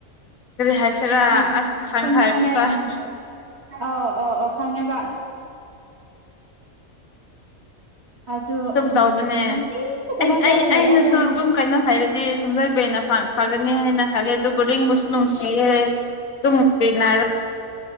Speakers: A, on the left; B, on the right.
A: ꯀꯔꯤ ꯍꯥꯏꯁꯤꯔꯥ
B: ꯎꯝ
A: ꯑꯁ ꯀꯁꯥꯡ
B: ꯁꯣꯟꯅꯤꯁꯅꯤ
A: ꯈꯥꯏꯕꯇ
B: ꯎꯝ ꯑ ꯑꯣ ꯑꯣ ꯊꯟꯕ ꯑꯗꯨ
A: ꯑꯗꯨꯝ
B: ꯎꯝ
A: ꯇꯧꯕꯅꯦ
B: ꯅꯨꯡꯇꯤ ꯊꯕꯛ
A: ꯑꯩꯅ
B: ꯆꯠꯂ
A: ꯑꯩ
B: ꯂꯩꯌꯦ
A: ꯑꯩꯅꯁꯨ
B: ꯑꯗꯨꯝꯃ
A: ꯑꯗꯨꯝ ꯀꯩꯅꯣ ꯍꯥꯏꯔꯗꯤ ꯗꯤ ꯁꯨꯡꯖꯣꯏꯕꯅ ꯐꯒꯅꯤ ꯍꯥꯏꯅ ꯈꯂꯦ ꯑꯗꯨ ꯕꯨꯔꯤꯡꯕꯨꯁꯨ ꯅꯨꯡꯁꯤꯌꯦꯦ ꯇꯨꯃꯗꯔ